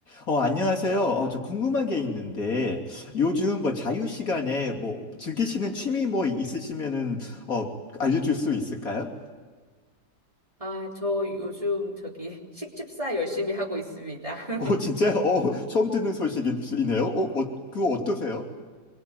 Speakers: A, on the left (about 55°); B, on the right (about 20°).
A: 어, 안녕하세요. 어, 저 궁금한 게 있는데, 요즘 뭐 자유 시간에 뭐 즐기시는 취미 뭐 있으시면은, 어, 알려줄 수 있을까요?
B: 아, 저 요즘 저기 <laughs> 식집사 열심히 하고 있습니다. <laughs>
A: 어, 진짜요? 어, 처음 듣는 소식이네요. 어, 어, 그거 어떠세요?